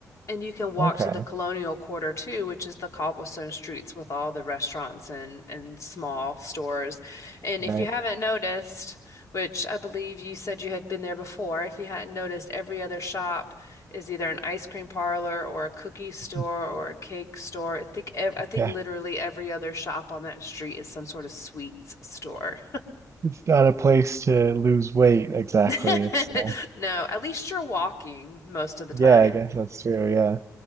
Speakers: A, on the left (about 55°); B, on the right (about 50°).
A: And you can walk
B: Okay,
A: to the Colonial Quarter too, which is the cobblestone streets with all the restaurants and, and small stores. And if
B: right.
A: you haven't noticed, which I believe you said you had been there before, if you hadn't noticed, every other shop is either an ice cream parlor or a cookie store
B: <laughs>
A: or a cake store. I think ev I think
B: Yeah,
A: literally every other shop on that street is some sort of sweets store.
B: it's not a place to lose weight exactly.
A: <laughs>
B: It's uh,
A: No, at least you're walking most of the time.
B: yeah, I guess that's true. Yeah.